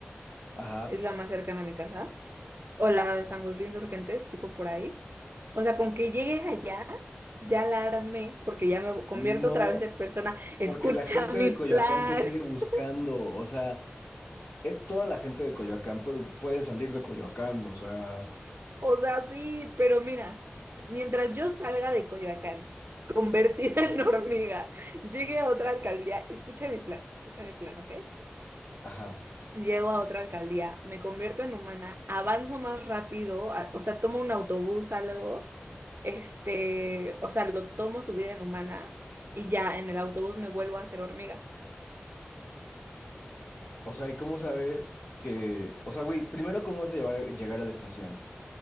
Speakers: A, on the left; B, on the right.
A: <laughs> ajá,
B: es la más cercana a mi casa. o la San José de Insurgentes, tipo por ahí. O sea, con que llegue allá, ya la armé, porque ya me convierto
A: no,
B: otra vez en persona, escucha
A: porque la gente
B: mi
A: de Coyoacán
B: plan.
A: te sigue
B: <laughs>
A: buscando, o sea, es toda la gente de Coyoacán, pero pueden salir de Coyoacán, o sea,
B: O sea, sí, pero mira, mientras yo salga de Coyoacán, <laughs> convertida en hormiga, llegue a otra alcaldía, escucha mi plan, escucha mi plan, ¿ok?
A: ajá.
B: Llego a otra alcaldía, me convierto en humana, avanzo más rápido, a- o sea, tomo un autobús, algo, este, o sea, lo tomo subida en humana y ya en el autobús me vuelvo a hacer hormiga.
A: O sea, ¿y cómo sabes que, o sea, güey, primero, ¿cómo vas a llevar- llegar a la estación?